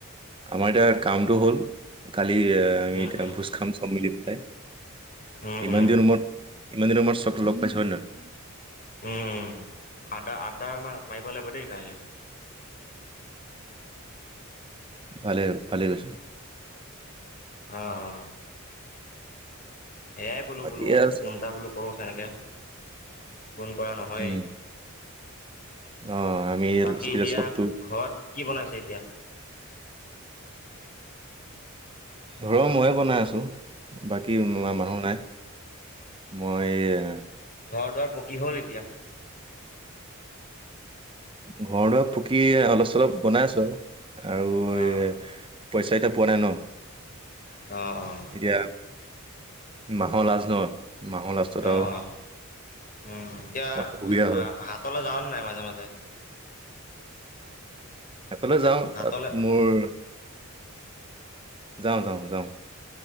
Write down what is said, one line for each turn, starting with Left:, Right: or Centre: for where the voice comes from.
Right: আমাৰ এতিয়া কামটো হ'ল। কালি আমি
Left: উম
Right: এতিয়া
Left: উম
Right: ভোজ খাম চব মেলি পেলাই
Left: উম
Right: ইমান
Left: উম
Right: দিনৰ মূৰত। ইমান দিনৰ আমাৰ চব লগ পাইছো হয় নহয়
Left: উম-উম আদা-আদা মাৰিব লাগিব দেই কাইলৈ। উম
Right: ভালে-ভালে পাইছো।
Left: অঁ এয়াই বোলো-বোলো
Right: বাকী আৰু
Left: ফোন এটা বোলো কৰোঁ সেনেকে। ফোন কৰা নহয়েই।
Right: উম, অ', আমি
Left: বাকী এতিয়া
Right: চবটো
Left: ঘৰত কি বনাইছে এতিয়া?
Right: ঘৰৰ ময়ে বনাই আছোঁ বাকী মানুহ
Left: অ',
Right: নাই। মই এইয়া
Left: ঘৰ-দুৱাৰ পকী হ'ল এতিয়া।
Right: ঘৰ-দুৱাৰ পকি অলপ-চলপ বনাই আছো আৰু আৰু
Left: অ',
Right: এ পইচা এতিয়া পোৱা নাই ন
Left: অঁ-অঁ
Right: এতিয়া মাহৰ লাজ ন। লাজতত
Left: অ', অ',
Right: আৰু
Left: উম এতিয়া
Right: অ', অসুবিধা
Left: হা-হাতলৈ
Right: হয়
Left: যাৱ নাই মাজে-মাজে
Right: হাতলৈ যাওঁ তাত
Left: হাতলৈ
Right: মোৰ যাওঁ-যাওঁ-যাওঁ